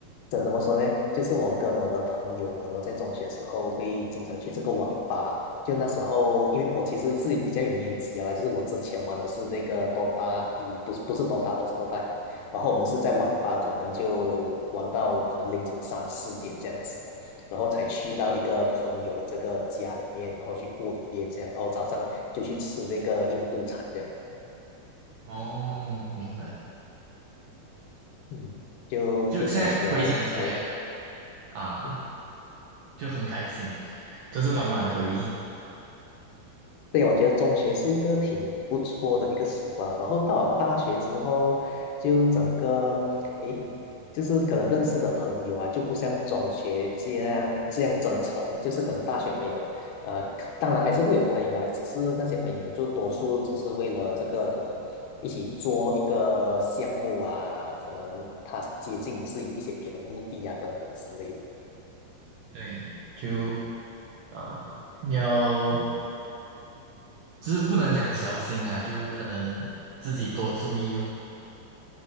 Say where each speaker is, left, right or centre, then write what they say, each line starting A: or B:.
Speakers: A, on the left; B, on the right.
A: 怎怎么说呢？就是我跟我的朋友们哦，在中学的时候会经常去这个网吧。就那时候，因为我其实是比较有年纪啊，就是我之前玩的是这个 DOTA 一，不是不是 DOTA 二，是 DOTA 一。然后我们是在网吧，可能就玩到可能凌晨三四点这样子的，然后才去到一个朋友的这个家里面，然后去过一夜这样，然后早上就去吃这个印度餐这样。
B: 哦，明白。
A: 嗯，就就想起来，
B: 就现在回想起来
A: 哎，
B: 啊。
A: 嗯，
B: 就很开心，都是满满的回忆。
A: 对，我觉得中学是一个挺不错的一个时光。然后到了大学之后，就整个，诶，就是可能认识的朋友啊，就不像中学这样这样真诚。就是可能大学朋友，呃，可当然还是会有朋友啦，只是那些朋友就多数只是为了这个可能一起做一个项目啊，可能他接近你是有一些别的目的啊，等等之类的。
B: 对，就呃，要就是不能讲小心啊，就可能自己多注意哦。